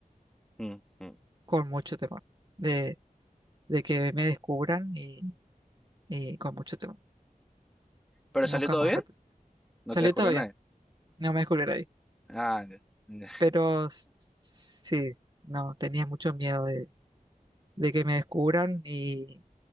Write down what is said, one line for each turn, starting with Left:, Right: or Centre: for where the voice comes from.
Centre: mm, mm.
Right: Con mucho temor. De, de que me descubran y, y con mucho temor.
Centre: ¿Pero
Right: Nunca
Centre: salió todo
Right: más.
Centre: bien?
Right: rep-
Centre: ¿No
Right: Salió
Centre: te descubrió
Right: todo bien.
Centre: nadie?
Right: No me descubrieron ahí.
Centre: Ah, ya, ya.
Right: Pero s- sí, no, tenía mucho miedo de, de que me descubran y